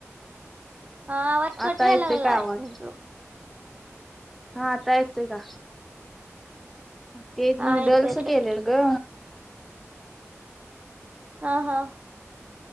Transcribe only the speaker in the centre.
आता
येतोय
का आवाज
हा आता येतोय का? ते नूडल्स
केले ग.